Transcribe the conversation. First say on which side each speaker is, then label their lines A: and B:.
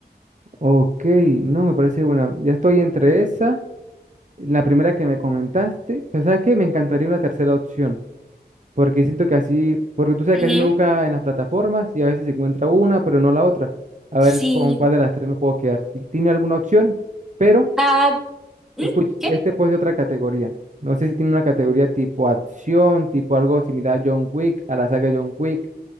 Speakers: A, on the right (about 45°); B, in the centre.
A: ok, no, me parece buena. Ya estoy entre esa, la primera que me comentaste, pero ¿sabes qué? Me encantaría una tercera opción. Porque siento que así, porque tú sabes
B: Ujú.
A: que así uno busca en las plataformas y a veces se encuentra una, pero no la otra. A
B: Sí.
A: ver con cuál de las tres me puedo quedar. Si tiene alguna opción, pero
B: Ah, ¿Mm?
A: escuche,
B: ¿Qué?
A: este puede ser otra categoría. No sé si tiene una categoría tipo acción, tipo algo similar a John Wick, a la saga John Wick